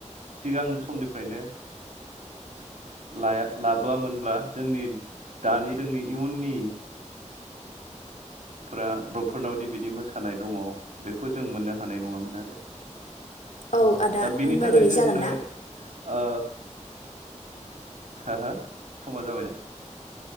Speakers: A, on the right (about 90°); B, on the left (about 70°).
A: सिगां समनिफ्रायनो लाया लाबोआ मोनब्ला जोंनि दानि जोंनि इयुननि फोरा बर'फोरनावदि बिदि मोसानाय दङ बेखौ जों मोननो हानाय नङामोन आरो
B: औ आदा
A: दा बेनि
B: होमबा
A: थाखाय
B: दिनै
A: जोंनो
B: जागोन ना
A: ओ हो हो समा जाबायना?